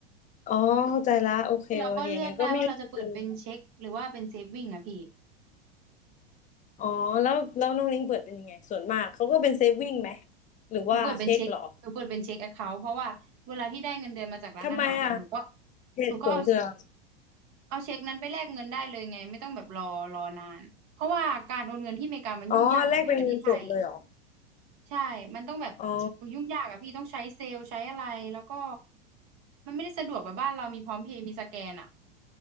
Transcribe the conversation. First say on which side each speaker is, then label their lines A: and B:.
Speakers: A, on the left; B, on the right.
A: อ๋อเข้าใจละโอเคโอเคงั้นก็ไม่มีปัญหา
B: คือเราก็เลือกได้ว่าเราจะเปิดเป็นเช็คหรือว่าเป็น Saving อ่ะพี่
A: อ๋อแล้วแล้วน้องลิงเปิดเป็นยังไงส่วนมากเขาก็เป็นเซฟวิ่งไหมหรือว่าเช็คเหรอ
B: หนูเปิดเป็นเช็คหนูเปิดเป็นเช็คแอคเคาท์เพราะว่าเวลาที่ได้เงินเดือนมาจากร้านอาหารแล้วหนูก็
A: ทำไมอ่ะเหตุผลคืออะไร
B: หนูก็เอาเอาเช็คนั้นไปแลกเงินได้เลยไง ไม่ต้องแบบรอรอนาน เพราะว่าการโอนเงินที่อเมริกามันยุ่งยาก
A: อ๋อแลกเป็นเงินสดเลยเหรอ
B: มันไม่เหมือนที่ไทย ใช่ มันต้องแบบอุ๊ยยุ่งยากอะพี่
A: อ๋อ
B: ต้องใช้เซลล์ใช้อะไรแล้วก็มันไม่ได้สะดวกแบบบ้านเรามีพร้อมเพย์มีสแกนอะ